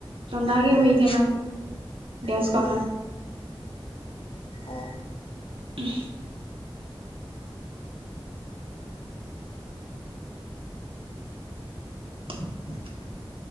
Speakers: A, on the right; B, on the left.
A: ᱪᱚᱸᱫᱟ ᱜᱮ
B: ᱦᱩᱸ
A: ᱦᱩᱭ ᱟᱠᱟᱱᱟ ᱜᱮᱥ
B: ᱦᱩᱸ
A: ᱠᱚᱨᱮᱼᱼ
B: ᱚ
A: <unintelligible> <unintelligible>